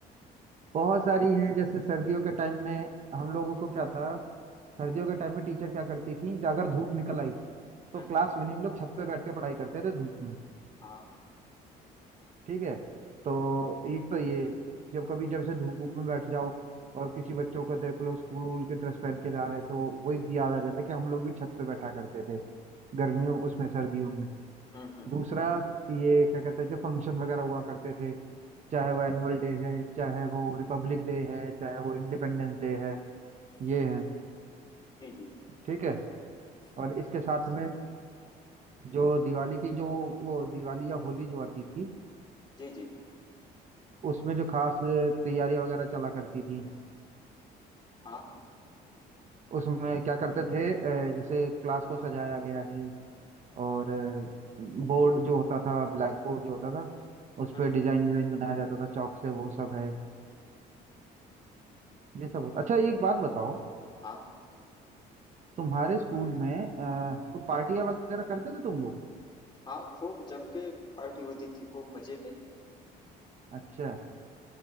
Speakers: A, on the right; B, on the left.
A: बहुत सारी हैं जैसे सर्दियों के टाइम में हम लोगों को क्या था सर्दियों के टाइम में टीचर क्या करती थी अगर धूप निकल आई तो
B: हम्म
A: क्लास
B: हम्म,
A: में नहीं हम लोग छत पे बैठ के पढ़ाई करते थे धूप में
B: हाँ
A: ठीक है तो एक तो ये जब कभी जब से धूप धूप में बैठ जाओ और किसी बच्चों को देख लो स्कूल वूल के ड्रेस पहन के जा रहे हैं तो वही याद आ जाता है कि हम लोग भी छत पे बैठा करते थे गर्मियों उसमें सर्दियों में
B: हम्म हम्म
A: दूसरा ये क्या कहते हैं जो फंक्शन वगैरह हुआ करते थे चाहे वो एनुअल डे है चाहे वो रिपब्लिक डे है चाहे वो इंडिपेंडेंस डे है ये है
B: जी जी
A: ठीक है और इसके साथ में जो दिवाली की जो वो दिवाली या होली जो आती थी
B: जी जी
A: उसमें जो खास तैयारियां वगैरह चला करती थी
B: हाँ
A: उसमें क्या करते थे अ, जैसे क्लास को सजाया गया है और बोर्ड जो होता था ब्लैक बोर्ड जो होता था उस
B: हम्म
A: पर
B: हम्म,
A: डिजाइन डिजाइन बनाया जाता था चौक से वो सब है ये सब होता अच्छा एक बात बताओ
B: हाँ
A: तुम्हारे स्कूल में आ, कोई पार्टियां वगैरह करते थे तुम लोग
B: हाँ खूब जम के पार्टी होती थी खूब मजे में
A: अच्छा